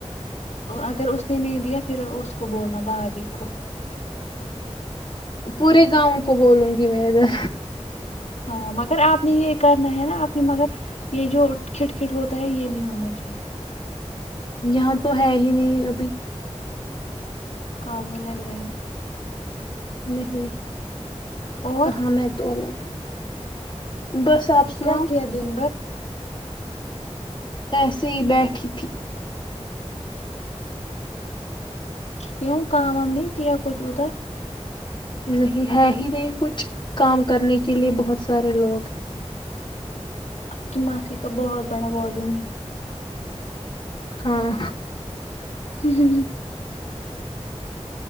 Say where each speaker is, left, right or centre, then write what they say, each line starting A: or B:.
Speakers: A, on the left; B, on the left.
A: اگر اس نے نہیں دیا پھر اس کو بولنا بھابھی کو
B: پورے گاؤں کو بولوں گی میں ادھر
A: ہاں مگر آپ نے یہ کرنا ہے نا آپ نے مگر یہ جو کھٹ کٹ ہوتا ہے یہ نہیں ہونا چاہیے
B: یہاں تو ہے ہی نہیں ابھی
A: کال میں لگ رہےا
B: نہیں
A: اور
B: کہاں میں تو الگ بس آپ سناؤ
A: کیا کیا دن بھر
B: ایسے ہی بیٹھی تھی
A: کیوں کام وام نہیں کیا کچھ ادھر
B: نہیں ہے ہی نہیں کچھ کام کرنے کے لیے بہت سارے لوگ ہیں
A: اب کی ماسیی کا بہت بڑا والیوم ہے
B: ہاں
A: ہ ہ ہ